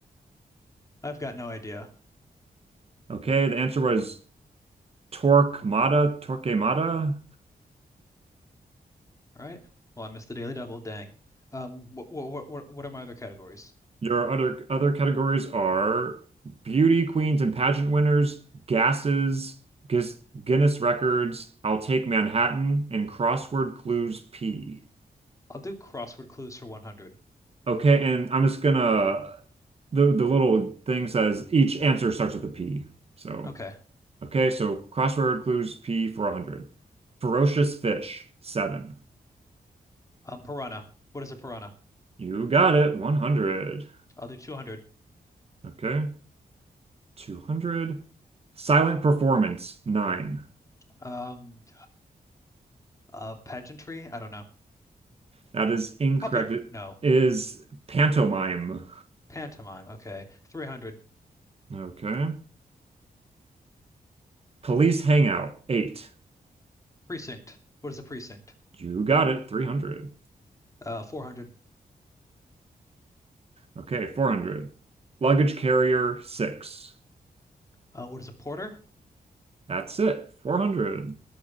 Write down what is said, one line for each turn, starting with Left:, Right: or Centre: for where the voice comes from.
Left: I've got no idea.
Right: Okay. The answer was Torquemada, Torquemada.
Left: All right. Well, I missed the Daily Double. Dang. Um, what what what what are my other categories?
Right: Your other other categories are beauty queens and pageant winners, gases, Guinness, Guinness records, I'll take Manhattan, and crossword clues P.
Left: I'll do crossword clues for 100.
Right: Okay, and I'm just gonna the the little thing says each answer starts with a P. So
Left: Okay.
Right: okay, so crossword clues P for 100. Ferocious fish, seven.
Left: Um, piranha. What is a piranha?
Right: You got it, 100.
Left: I'll do 200.
Right: Okay, 200. Silent performance, nine.
Left: Um, uh, pageantry. I don't know.
Right: That is incorrect.
Left: Puppet.
Right: It
Left: No.
Right: is pantomime.
Left: Pantomime. Okay. 300.
Right: Okay. Police hangout, eight.
Left: Precinct. What is a precinct?
Right: You got it, 300.
Left: Uh, 400.
Right: Okay, 400. Luggage carrier, six.
Left: Uh, what is a porter?
Right: That's it, 400.